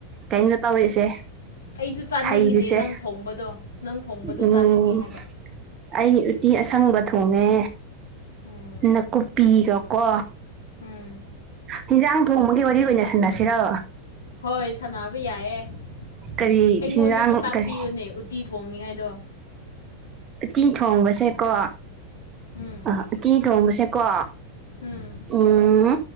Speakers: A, on the right; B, on the left.
A: ꯀꯩꯅꯣ ꯇꯧꯔꯤꯁꯦ
B: ꯑꯩꯁꯨ ꯆꯥꯅꯤꯡꯉꯤꯅꯦ
A: ꯍꯩꯔꯤꯁꯦ
B: ꯅꯪ ꯊꯣꯡꯕꯗꯣ ꯅꯪ ꯊꯣꯡꯕꯗꯣ
A: ꯎꯝ
B: ꯆꯥꯅꯤꯡꯉꯦ ꯍꯥꯏꯕ
A: ꯑꯩ ꯎꯇꯤ ꯑꯁꯪꯕ ꯊꯣꯡꯉꯦ
B: ꯎꯝ
A: ꯅꯥꯀꯨꯞꯄꯤꯒꯀꯣ
B: ꯎꯝ
A: ꯍꯦꯟꯖꯥꯡ ꯊꯣꯡꯕꯒꯤ ꯋꯥꯔꯤ ꯑꯣꯏꯅ ꯁꯥꯟꯅꯁꯤꯔꯣ
B: ꯍꯣꯏ ꯁꯥꯟꯅꯕ ꯌꯥꯏꯌꯦ ꯑꯩꯉꯣꯟꯗꯁꯨ
A: ꯀꯔꯤ ꯍꯤꯟꯖꯥꯡ
B: ꯇꯥꯛꯄꯤꯌꯨꯅꯦ
A: ꯀꯔꯤ
B: ꯎꯇꯤ ꯊꯣꯡꯅꯤꯉꯥꯏꯗꯣ
A: ꯎꯇꯤ ꯊꯣꯡꯕꯁꯦꯀꯣ
B: ꯎꯝ
A: ꯑ ꯎꯇꯤ ꯊꯣꯡꯕꯁꯦꯀꯣ
B: ꯎꯝ
A: ꯎꯝ